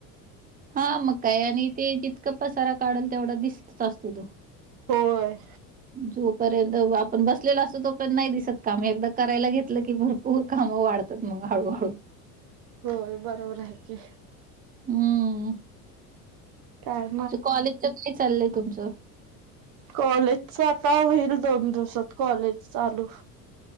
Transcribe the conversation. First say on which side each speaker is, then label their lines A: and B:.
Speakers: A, on the right (about 20°); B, on the right (about 50°).
A: हा मग काय आणि ते जितकं पसारा काढून तेवढा दिसतच असतो तो.
B: होय.
A: जोपर्यंत आपण बसलेलं असतो तोपर्यंत नाही दिसत काम एकदा करायला घेत की भरपूर काम वाढतात मग हळूहळू.
B: होय बरोबर आहे की.
A: हम्म.
B: काय
A: तुज कॉलेजच काय चाललंय तुमचं?
B: कॉलेज च आता होईल दोन दिवसात कॉलेज चालू.